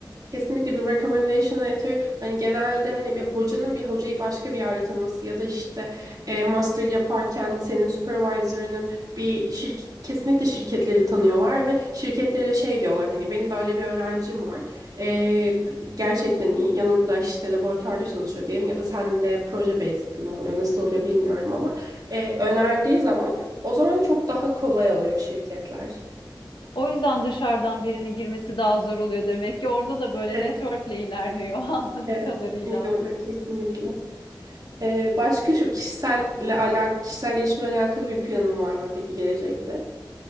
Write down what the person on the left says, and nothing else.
O yüzden dışarıdan birinin girmesi daha zor oluyor demek ki. Orada da böyle
networkle ilerliyor <laughs> anladığım
kadarıyla.